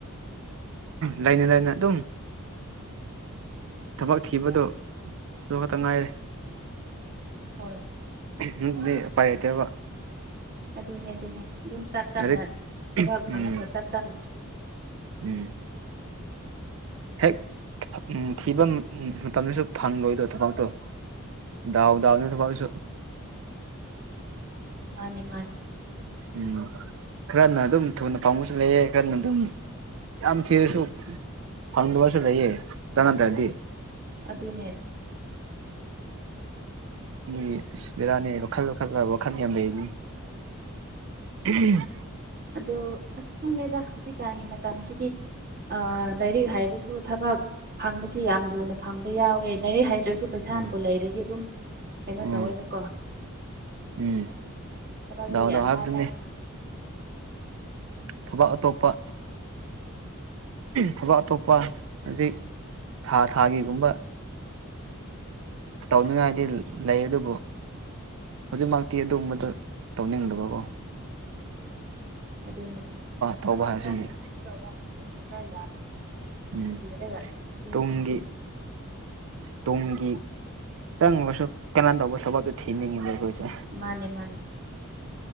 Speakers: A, on the right; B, on the right.
A: ꯂꯩꯥꯏꯅꯦ ꯂꯩꯥꯏꯅ ꯑꯗꯨꯝ ꯊꯕꯛ ꯊꯤꯕꯗꯨ ꯑꯗꯨ ꯈꯛꯇ ꯉꯥꯏꯔꯦ
B: ꯍꯣꯏ
A: ꯎꯝ ꯄꯔꯦꯇꯦꯕ
B: ꯑꯗꯨꯅꯦ ꯑꯗꯨꯅꯦ ꯑꯗꯨꯝ ꯇꯞ ꯇꯞꯅ
A: ꯂꯥꯏꯔꯤꯛ
B: ꯊꯕꯥꯛ ꯐꯪꯉꯒ
A: ꯎꯝ
B: ꯇꯞ ꯇꯞꯅꯁꯨ
A: ꯎꯝ ꯍꯦꯛ ꯊꯤꯕ ꯃꯇꯝꯗꯁꯨ ꯐꯪꯂꯪꯂꯣꯏꯗꯣ ꯊꯕꯛꯇꯣ ꯗꯥꯎꯗꯥꯎꯅꯦ ꯊꯁꯨ
B: ꯃꯥꯅꯦ ꯃꯥꯅꯦ
A: ꯎꯝ ꯈꯔꯅ ꯑꯗꯨꯝ ꯊꯨꯅ ꯄꯥꯡꯕꯁꯨ ꯂꯩꯌꯦꯦ ꯈꯔꯅ ꯑꯗꯨꯝ ꯌꯥꯝ ꯊꯁꯨ ꯐꯟꯗꯕꯁꯨ ꯂꯩꯌꯦ ꯆꯗꯗꯤ
B: ꯑꯗꯨꯅꯦ ꯑꯗꯨ
A: ꯎꯝ ꯕꯤꯔꯥꯅꯤ ꯋꯥꯈꯜ ꯋꯥꯈꯜꯗ ꯋꯥꯈꯜ ꯌꯥꯝ ꯂꯩ ꯎꯝ
B: ꯑꯗꯣ ꯑꯁ ꯈꯪꯉꯦꯗ ꯍꯧꯖꯤꯛꯀꯥꯟꯒꯤ ꯃꯇꯝꯁꯤꯗꯤ ꯑ ꯂꯩꯥꯏꯔꯤꯛ ꯍꯥꯏꯔꯁꯨ ꯊꯕꯛ ꯐꯪꯕꯁꯤ ꯌꯥꯝ ꯂꯨꯅ ꯐꯪꯕ ꯌꯥꯎꯋꯦ ꯂꯥꯏꯔꯤꯛ ꯍꯩꯗ꯭ꯔꯁꯨ ꯄꯩꯁꯥꯅꯕꯨ
A: ꯎꯝ
B: ꯂꯩꯔꯗꯤ ꯑꯗꯨꯝ ꯀꯩꯅꯣ
A: ꯎꯝ
B: ꯇꯧꯋꯦꯕꯀꯣ
A: ꯎꯝ
B: ꯊꯕꯛꯁꯤ
A: ꯗꯥꯎ
B: ꯌꯥꯝ
A: ꯗꯥꯎ ꯍꯥꯏꯕꯗꯨꯅꯤ
B: ꯂꯥꯏ ꯂꯥꯏ
A: ꯊꯕꯛ ꯑꯇꯣꯞꯄ ꯊꯕꯛ ꯑꯇꯣꯞꯄ ꯍꯧꯖꯤꯛ ꯊꯥ ꯊꯥꯒꯤꯒꯨꯝꯕ ꯇꯧꯅꯤꯡꯉꯥꯏꯗꯤ ꯂꯩ ꯑꯗꯨꯕꯨ ꯍꯧꯖꯤꯛꯃꯛꯇꯤ ꯑꯗꯨꯒꯕꯗꯣ ꯇꯧꯅꯤꯡꯗꯕꯀꯣ
B: ꯑꯗꯨꯅꯤ
A: ꯇꯧꯕ
B: ꯊꯕꯛ
A: ꯍꯥꯏꯕꯁꯤꯗꯤ
B: ꯈꯔꯅꯉꯥꯏꯗꯀꯥꯟꯁꯤꯗꯗꯤ ꯈꯔ ꯌꯥꯝꯃ
A: ꯎꯝ
B: ꯆꯤꯔꯒ ꯆ
A: ꯇꯨꯡꯒꯤ ꯇꯨꯡꯒꯤ ꯆꯪꯕꯁꯨ ꯀꯅꯥꯅ ꯇꯧꯕ ꯊꯕꯛꯇꯣ ꯊꯤꯅꯤꯡꯉꯤꯕ ꯑꯩꯈꯣꯏꯁꯦ
B: ꯃꯥꯅꯦ ꯃꯥꯅꯦ